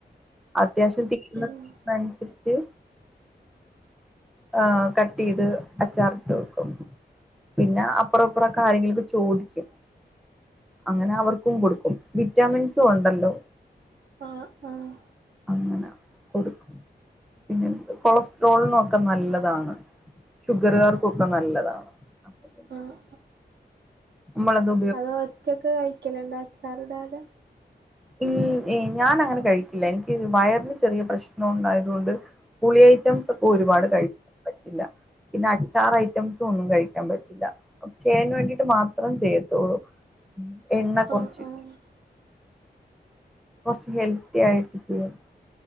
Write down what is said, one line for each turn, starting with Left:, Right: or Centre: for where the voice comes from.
Centre: അത്യാവശ്യം തിക്കുന്നനുസരിച്ച്
Right: ഉം ഉം
Centre: ആ കട്ട് ചെയ്ത് അച്ചാറിട്ട് വെക്കും പിന്നെ അപ്പറ അപ്പറം കാര്യങ്ങൾക്കെ ചോദിക്കും അങ്ങനെ അവർക്കും കൊടുക്കും വിറ്റാമിൻസും ഉണ്ടല്ലോ
Right: ആഹ് ആഹ്
Centre: അങ്ങനെ കൊടുക്കും പിന്നെ കൊളസ്ട്രോൾ നോക്ക ഒക്കെ നല്ലതാണ് ഷുഗറുകാർക്കൊക്കെ നല്ലതാണ് അപ്പൊ തന്നെ
Right: ആഹ്
Centre: മമ്മള ദു
Right: അതോ ഒച്ചൊക്കെ കഴിക്കലണ്ടാ അച്ചാറടാതെ
Centre: ൽ ല ഞാൻ അങ്ങനെ കഴിക്കില്ല എനിക്ക് വയറിന് ചെറിയ പ്രശ്നം ഉണ്ടായത്ുകൊണ്ട് പുളിയായി റ്റം ഒക്കെ
Right: ഉം
Centre: ഒരുപാട്
Right: ഉം
Centre: കഴിക്കൻ പറ്റില്ല പിന്നെ അച്ചാർ ഐറ്റംസ ഒന്നും കഴിക്കാൻ പറ്റില്ല അപ്പ ചെടാന് വേണ്ടിട്ട് മാത്രം ചെയ്യത്തുള്ളൂ എണ്ണ കുറച്ച്
Right: ആഹ് ആഹ്
Centre: കുറച്ഹെൽത്തി ആയിട്ട് ചെയ്യാം